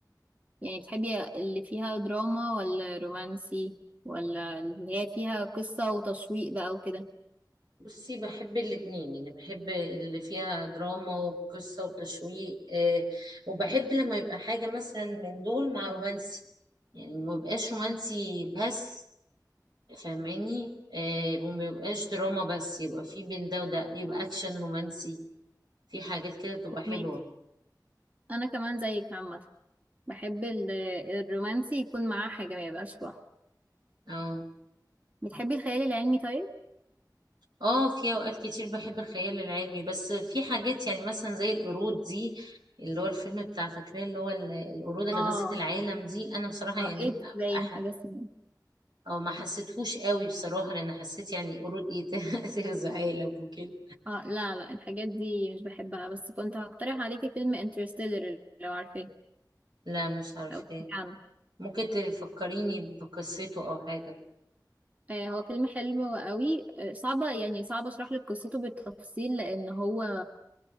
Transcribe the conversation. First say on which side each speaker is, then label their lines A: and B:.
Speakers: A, on the right; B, on the right.
A: يعني بتحبي اللي فيها دراما ولا رومانسي ولا اللي هي فيها قصة وتشويق بقى وكده
B: بصي بحب الاتنين يعني بحب اللي فيها دراما وقصة وتشويق آه وبحب لما يبقى حاجة مثلا من دول مع رومانسي يعني ما يبقاش رومانسي بس فاهماني آه وما يبقاش دراما بس يبقى في بين ده وده يبقى أكشن رومانسي في حاجات كده بتبقى حلوة
A: فاهمك أنا كمان زيك عامة بحب ال... الرومانسي يكون معاه حاجة ما يبقاش لوحده
B: اه
A: بتحبي الخيال العلمي طيب؟
B: اه في اوقات كتير بحب الخيال العلمي بس في حاجات يعني مثلا زي القرود دي اللي هو الفيلم بتاع فاكراه اللي هو ال- القرود اللي
A: اه
B: غزت العالم دي انا بصراحة يعني
A: اه ايه باين
B: أح...
A: حاجة اسمها
B: أو ما حسيتهوش قوي بصراحة لان حسيت يعني قرود ايه ت- <laughs> تغزى عالم وكده
A: اه لا لا الحاجات دي مش بحبها بس كنت هقترح عليكي فيلم انترستيلر لو عارفاه
B: لا مش عارفاه
A: او سمعتي عنه
B: ممكن تفكريني بقصته او حاجة
A: آه هو فيلم حلو قوي آه صعبة يعني صعب اشرح لك قصته بالتفصيل لان هو